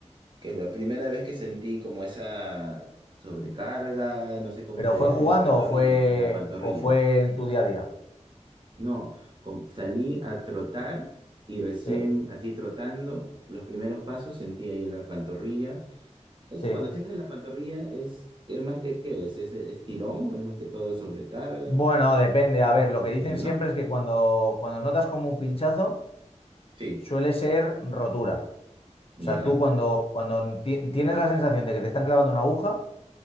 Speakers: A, on the right; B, on the left.
A: que fue la primera vez que sentí como esa sobrecarga, no sé cómo
B: pero
A: se dirá,
B: fue jugando
A: en la pantorrilla,
B: o fue
A: en la pantorrilla.
B: o fue en tu día a día.
A: No, com- salí a trotar y recién
B: Sí,
A: así trotando, los primeros pasos sentí ahí en la pantorrilla. Eso
B: sí.
A: cuando sientes en la pantorrilla es, es más que qué es, es, es tirón o es más que todo sobrecarga,
B: Bueno, depende. A
A: depende,
B: ver, lo que dicen siempre
A: ¿no?
B: es que cuando, cuando notas como un pinchazo,
A: Sí,
B: suele ser rotura.
A: ya,
B: O sea, tú cuando, cuando ti- tienes la sensación de que te están clavando una aguja,